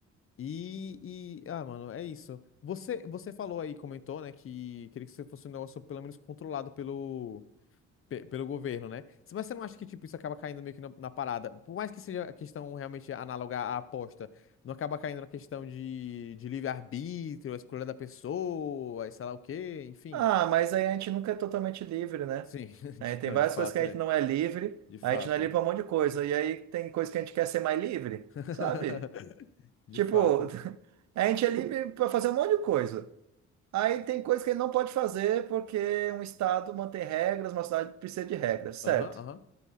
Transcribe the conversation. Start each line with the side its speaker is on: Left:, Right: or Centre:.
Left: E, e ah, mano, é isso. Você, você falou aí, comentou, né, que queria que isso fosse um negócio pelo menos controlado pelo, pe- pelo governo, né? Mas você não acha que, tipo, isso acaba caindo meio que na, na parada? Por mais que seja a questão realmente análoga à aposta, não acaba caindo na questão de, de livre-arbítrio, a escolha da pessoa, e sei lá o quê, enfim.
Right: Ah, mas aí a gente nunca é totalmente livre, né?
Left: Sim, <laughs>
Right: Aí
Left: de-
Right: tem
Left: não,
Right: várias
Left: de fato,
Right: coisas que a
Left: é.
Right: gente não é livre,
Left: De fato.
Right: a gente não é livre pra um monte de coisa, e aí tem coisas que a gente quer ser mais livre,
Left: <laughs>
Right: sabe?
Left: De
Right: Tipo,
Left: fato.
Right: <laughs> a gente é livre pra fazer um monte de coisa. Aí tem coisas que a gente não pode fazer porque um estado mantém regras, uma cidade precisa de regras, certo?
Left: Aham, aham.